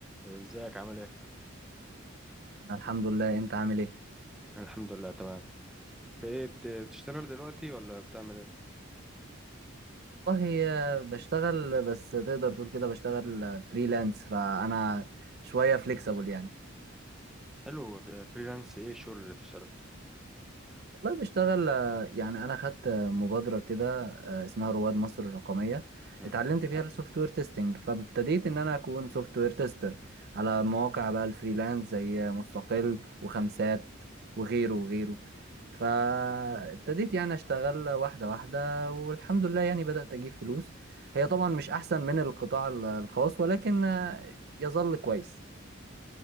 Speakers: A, in the centre; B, on the right.
A: ازيك عامل ايه؟
B: أنا الحمد لله انت عامل ايه
A: أنا الحمد لله تمام إنت ايه بت- بتشتغل دلوقتي ولا بتعمل ايه؟
B: والله آه، بشتغل بس تقدر تقول كده بشتغل فريلانس فانا شويه فليكسبل يعني
A: حلو آه، فريلانس ايه الشغل اللي بتشتغله؟
B: والله بشتغل آه، يعني انا خدت مبادره كده آه، اسمها رواد مصر الرقميه
A: مم.
B: اتعلمت فيها السوفت وير تيستنج فابتديت ان انا اكون سوفت وير تيستر على مواقع بقى الفريلانس زي مستقل وخمسات وغيره وغيره فابتديت يعني اشتغل واحده واحده والحمد لله يعني بدات اجيب فلوس هي طبعا مش احسن من القطاع الخاص ولكن آه، يظل كويس